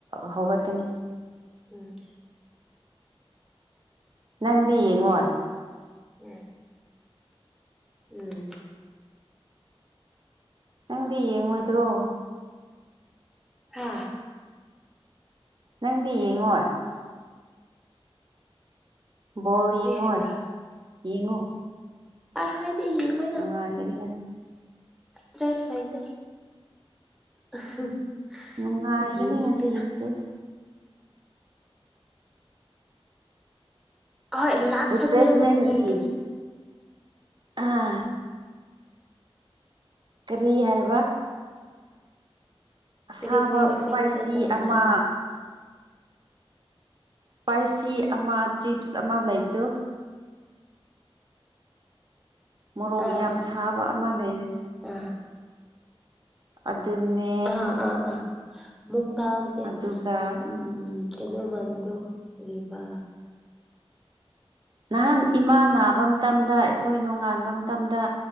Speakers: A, on the right (about 50°); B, in the centre.
A: ꯍꯧꯒꯠꯀꯅꯤ
B: ꯎꯝ
A: ꯅꯪꯗꯤ ꯌꯦꯡꯉꯣ
B: ꯎꯝ ꯎꯝ
A: ꯅꯪꯗꯤ ꯌꯦꯡꯉꯣꯏꯗ꯭ꯔꯣ
B: ꯍꯥꯥ
A: ꯅꯪꯗꯤ
B: ꯉꯥꯏꯈꯣ
A: ꯌꯦꯡꯉꯣꯏ ꯕꯣꯜ
B: ꯀꯔꯤ
A: ꯌꯦꯡꯉꯣꯏ
B: ꯍꯥꯏꯕ꯭ꯔꯥ
A: ꯌꯦꯡꯉꯨ
B: ꯑꯥ ꯍꯥꯏꯗꯤ ꯌꯦꯡꯉꯣꯏꯗ
A: ꯅꯨꯡꯉꯥꯏꯒꯅꯤ ꯉꯁꯤ
B: ꯇ꯭ꯔꯦꯁ ꯂꯩꯇꯦ <unintelligible>
A: ꯅꯨꯡꯉꯥꯏꯒꯅꯤ
B: ꯌꯦꯡꯅꯤꯡꯗꯦꯗ
A: ꯉꯁꯤꯒꯤꯁꯦ
B: ꯑꯍꯣꯏ ꯂꯥꯁ
A: ꯔꯤꯐ꯭ꯔꯦꯁꯃꯦꯟꯒꯤ
B: ꯐꯟꯅꯦꯜꯗꯗꯤ ꯌꯦꯡꯒꯅꯤ
A: ꯑꯥ ꯀꯔꯤ ꯍꯥꯏꯕ ꯑꯁꯥꯕ
B: ꯀꯔꯤ ꯀꯔꯤ ꯔꯤꯐ꯭ꯔꯦꯁꯃꯦꯟ
A: ꯏꯁꯄꯥꯏꯁꯤ
B: ꯇꯧꯒ꯭ꯔꯥ
A: ꯑꯃ ꯏꯁꯄꯥꯏꯁꯤ ꯑꯃ ꯆꯤꯞꯁ ꯑꯃ ꯂꯩꯕꯗꯨ ꯃꯣꯔꯣꯛ
B: ꯑꯥ
A: ꯌꯥꯝ ꯁꯥꯕ ꯑꯃ ꯂꯩꯔꯦ
B: ꯑꯥ
A: ꯑꯗꯨꯅꯦ
B: ꯑꯥ ꯑꯥ ꯑꯥ ꯃꯨꯗꯥꯡꯗꯦ
A: ꯑꯗꯨꯒ
B: ꯎꯝ ꯎꯝ ꯀꯩꯅꯣ ꯃꯥꯟꯕꯗꯣ ꯀꯔꯤꯕ
A: ꯅꯍꯥꯟ ꯏꯃꯥ ꯅꯥꯕ ꯃꯇꯝꯗ ꯑꯩꯈꯣꯏ ꯅꯣꯡꯉꯥꯟꯕ ꯃꯇꯝꯗ